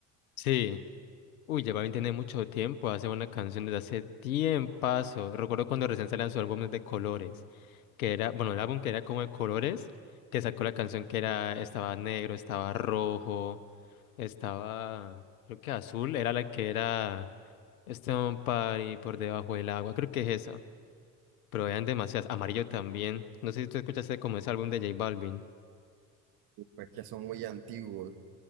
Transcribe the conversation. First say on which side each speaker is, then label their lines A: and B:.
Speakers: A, on the left; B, on the right.
A: Sí. Uy, Balvin tiene mucho tiempo. Hace una canción desde hace tiempazo. Recuerdo cuando recién salió su álbum de colores. Que era, bueno, el álbum que era como de colores. Que sacó la canción que era, estaba negro, estaba rojo, estaba, creo que azul. Era la que era Stone Party por debajo del agua. Creo que es eso. Pero eran demasiadas. Amarillo también. No sé si tú escuchaste como ese álbum de J Balvin.
B: pues que son muy antiguos,